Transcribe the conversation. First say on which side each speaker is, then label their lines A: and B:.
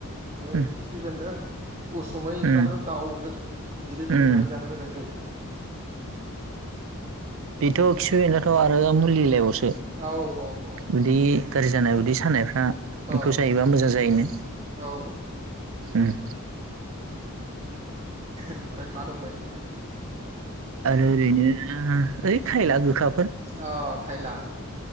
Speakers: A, on the right; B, on the right.
A: बे
B: उम
A: खिफि बेन्दों <inaudible> उसुमैफ्राथ'
B: उम
A: दाउ'जो बिदै फुदुंनानै
B: उम
A: जानो मोजां जायो।
B: थ' खिफि बेनदोंआथ' आरो मुलिलायबावसो।
A: औ औ। औ
B: बिदि गाज्रि जानाय उदै सानायफ्रा बेखौ
A: औ
B: जायोबा मोजां जायो नो।
A: औ
B: उम
A: औ ओमफ्राय मा दंबायोमोनलाय
B: आरो ओरैनो ओम यै खायला गोखा
A: अ खायला